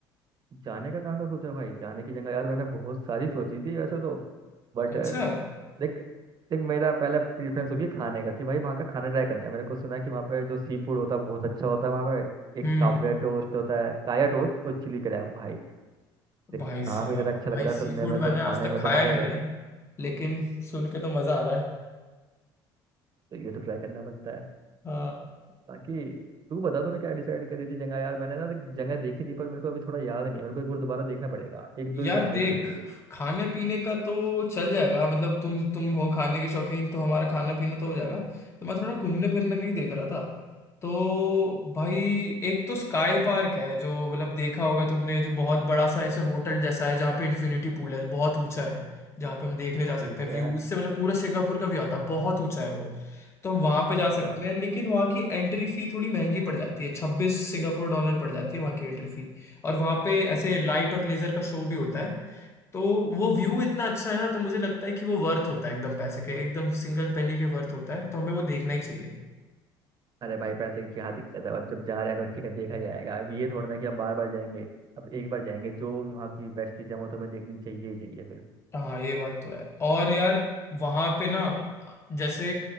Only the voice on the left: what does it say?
अच्छा
हम्म
भाई
साहब
भाई
सी
फूड
मैंने आज
तक
खाया
नहीं
है लेकिन सुन के तो मजा आ रहा
है
यार
देख
खाने पीने का तो चल जाएगा मतलब तुम तुम हो खाने के शौकीन तो हमारा खाना पीना तो हो जाएगा तो मैं थोड़ा घूमने फिरने का ही देख रहा था तो भाई एक तो स्काई पार्क है जो मतलब देखा होगा तुमने जो बहुत बड़ा सा ऐसे होटल जैसा है जहाँ पे इन्फिनिटी पूल है जो बहुत ऊंचा है जहाँ पे हम देखने जा सकते
हैं
व्यू उससे मतलब पूरा सिंगापुर का व्यू आता है बहुत ऊंचा है वो तो हम वहाँ पे जा
सकते हैं लेकिन वहाँ की एंट्री फी थोड़ी महंगी पड़ जाती है छब्बीस सिंगापुर डॉलर पड़ जाती है वहाँ की एंट्री फी और वहाँ पे ऐसे लाइट और लेजर का शो भी होता है तो वो व्यू इतना अच्छा है ना तो मुझे लगता है कि वो वर्थ होता है एकदम पैसे के एकदम सिंगल पेनी के वर्थ होता है तो हमें वो देखना ही चाहिए
हाँ ये बात तो है और यार वहां पे ना जैसे